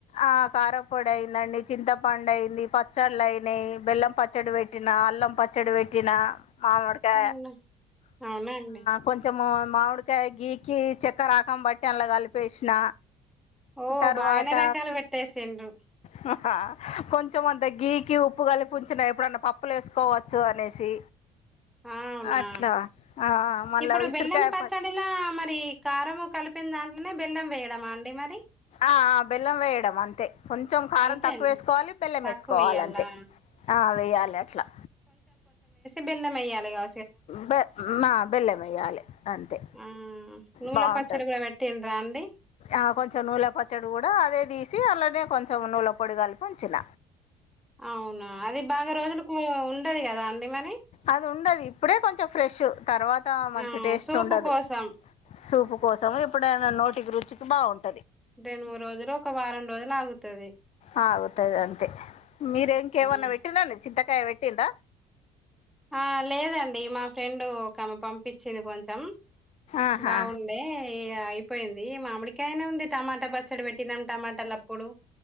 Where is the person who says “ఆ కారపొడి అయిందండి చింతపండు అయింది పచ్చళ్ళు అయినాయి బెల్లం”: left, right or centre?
Left